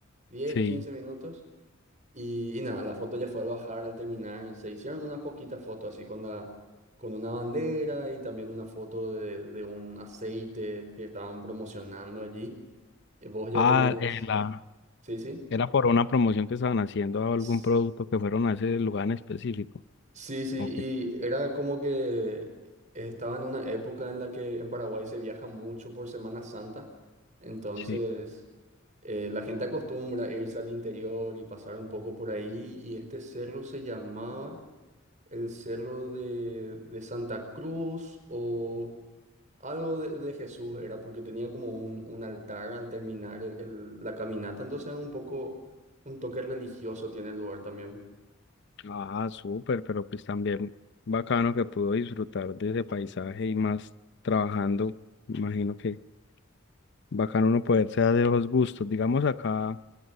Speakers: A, on the right; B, on the left.
A: diez
B: Sí.
A: 15 minutos, y, y nada, la foto ya fue al bajar, al terminar, se hicieron unas poquitas fotos así con la, con una bandera y también una foto de, de un aceite que estaban promocionando allí. Eh, Vos ya
B: Ah,
A: tenés,
B: eh, la,
A: sí,
B: era por una promoción que estaban haciendo a
A: sí.
B: algún producto que fueron a ese lugar en específico.
A: Sí, sí,
B: Ok,
A: y era como que estaba en una época en la que en Paraguay se viaja mucho por Semana Santa, entonces
B: sí.
A: eh, la gente acostumbra a irse al interior y pasar un poco por ahí, y este cerro se llamaba el Cerro de, de Santa Cruz o algo de, de Jesús, era porque tenía como un, un altar al terminar el- el- la caminata, entonces un poco un toque religioso tiene el lugar también.
B: Ah, súper, pero pues también bacano que pudo disfrutar de ese paisaje y más trabajando. Imagino que bacano uno poderse dar de los gustos. Digamos acá